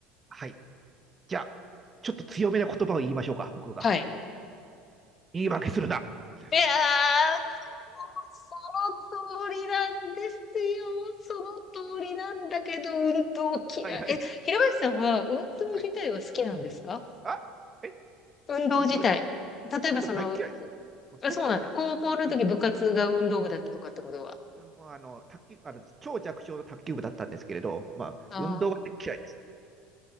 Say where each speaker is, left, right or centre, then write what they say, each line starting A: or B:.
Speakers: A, on the right; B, on the left.
A: はい。じゃあ、ちょっと強めな言葉を言いましょうか、僕が。
B: はい。
A: 言い訳するな。<laughs>
B: いやその通りなんですよ。その通りなんだけど、運動嫌い。
A: はいはい。
B: え、平林さんは運動自体は好きなんですか
A: はい。あ、え
B: 運動自体。
A: 運動
B: 例えばその、
A: 運動大嫌いです。もう大嫌い。
B: あ、そうなんだ。高校の時部活が運動部だったとかってことは。
A: うん。もうあの、卓球、あの、超弱小の卓球部だったんですけれど、まあ、
B: あ
A: 運動は大嫌いです。